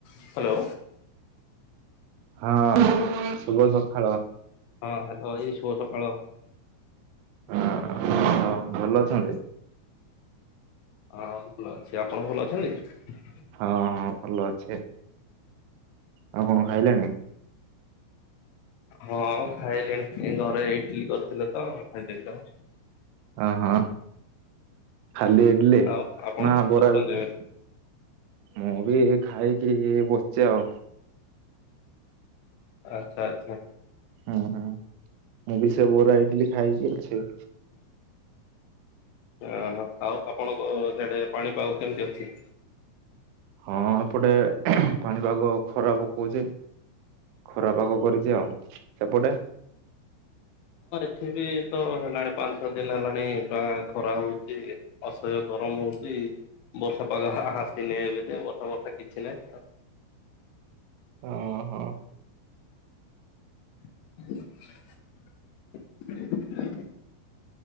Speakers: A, on the left; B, on the right.
A: Hello
B: ହଁ ଶୁଭ ସଖାଳ,
A: ହଁ ହ୍ୟାଲୋ ଏ ଶୁଭ ସକାଳ,
B: ହ ହ ଭଲ ଅଛନ୍ତି?
A: ହଁ ଭଲ ଅଛି ଆପଣ ଭଲ ଅଛନ୍ତି?
B: ହଁ ହଁ ଭଲ ଅଛେ ଆଉ କଣ ଖାଇଲେଣି?
A: ହଁ ଖାଇଲିଣି ଘରେ ଇଟିଲି କରିଥିଲେ ତ ଖାଇଦେଲି ତ।
B: ହଁ ହଁ, ଖାଲି ଇଡଲି
A: ଆଉ ଆପଣ
B: ନା
A: କରୁଛନ୍ତି
B: ବରା ବି
A: ଏବେ?
B: ଖାଇଛ ମୁଁ ବି ଖାଇ ପିଇକି ବସିଚି ଆଉ।
A: ଆଚ୍ଛା ଆଚ୍ଛା।
B: ହୁଁ ହୁଁ ମୁଁ ବି ସେ ବରା ଇଡଲି ଖାଇକି ଅଛି।
A: ଆହା ଆଉ ଆପଣଙ୍କ ସିଆଡେ ପାଣିପାଗ କେମିତି ଅଛି?
B: ହଁ ଏପଟେ ଖେ ପାଣିପାଗ ଖରା ପକଉଛି। ଖରାପାଗ କରିଛି ଆଉ। ସେପଟେ
A: ପୃଥିବୀ ତ ହେଲାଣି ପାଞ୍ଚ ଛଅ ଦିନ ହେଲାଣି ଗା ଖରା ହଉଛି ଅସହ୍ୟ ଗରମ ହଉଛି। ବର୍ଷା ପାଗ ହା ହାସିନି ଏବେ ଯାଏଁ ବର୍ଷା ବର୍ଷା କିଛି ନାହିଁ।
B: ହଁ ହଁ।
A: ନା